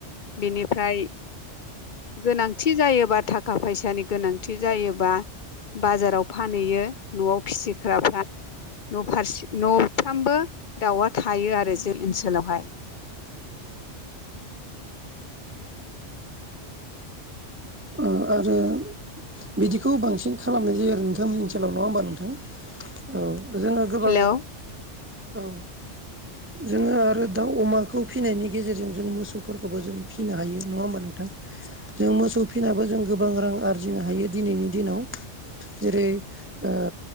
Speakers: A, on the left; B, on the right.
A: बिनिफ्राय गोनांथि जायोबा थाखा फैसानि गोनांथि जायोबा बाजाराव फानैयो। न'आव फिसिग्राफ्रा नफारसि नफ्रामबो दाउआ थायो आरो जो ओनसोलावहाय।
B: ओ आरो बिदिखौ बांसिन खालामनाय जायो आरो नोंथांमोननि ओनसोलाव नङा होमबा नोंथां? औ जोङो गोबां
A: हेलौ
B: ओ औ। जोङो आरो दाउ अमाखौ फिनायनि गेजेरजों जों मोसौ फोरखौबो जों फिनो हायो नङा होमबा नोंथां जों मोसौ फिनाबो जों गोबां रां आरजिनो हायो दिनैनि दिनाव जेरै ओ